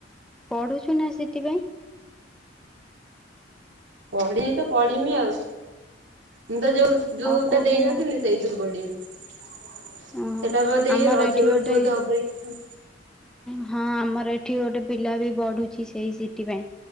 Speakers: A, in the centre; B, on the right.
A: ପଢୁଛୁ ନା ସି ଟି ପାଇଁ?
B: ପଢିନି ତ ପଢିମି ଆଉ ମୁଁ ତ ଯୋଉ ଯୋଉଟା
A: ଆଉ କୋଉ
B: ଦେଇନଥିଲି
A: ଦିନ
B: ସେଇଥିରୁ ପଢିମି ସେଟା
A: ଓହୋ
B: ବୋଧେ
A: ଆମର
B: ଏ ରଜ
A: ଏଠି
B: ବେଳକୁ
A: ଗୋଟେ
B: ବୋଧେ ହବଇ କ
A: ହଁ ଆମର ଏଠି ଗୋଟେ ପିଲା ବି ବଢୁଛି ସେଇ ସି ଟି ପାଇଁ।